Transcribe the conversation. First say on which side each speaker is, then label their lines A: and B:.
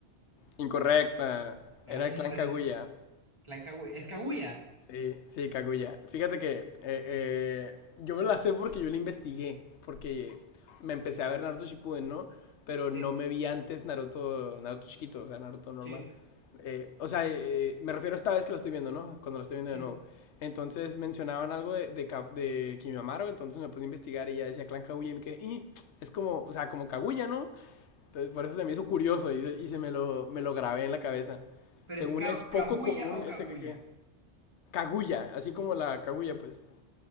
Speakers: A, on the left; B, on the right.
A: incorrecta.
B: No,
A: Era
B: hombre,
A: el Clan Kaguya.
B: loco. Clan Kaguya. ¿Es Kaguya?
A: Sí, sí, Kaguya. Fíjate que eh, eh, yo me la sé porque yo la investigué, porque me empecé a ver Naruto Shippuden, ¿no? Pero
B: Sí,
A: no me vi antes Naruto, Naruto chiquito, o sea, Naruto normal.
B: sí,
A: Eh, o sea, eh, eh, me refiero a esta vez que lo estoy viendo, ¿no? Cuando lo estoy viendo
B: sí.
A: de nuevo. Entonces mencionaban algo de, de, Ka- de Kimimaro, entonces me puse a investigar y ya decía Clan Kaguya y me quedé, "Ih, es como, o sea, como Kaguya, ¿no? Entonces por eso se me hizo curioso y se, y se me, lo, me lo grabé en la cabeza.
B: Pero
A: Según
B: es Ka-
A: es poco
B: Kabuya
A: común
B: o
A: ese
B: Kaguya.
A: que, qué. Kaguya, así como la Kaguya, pues.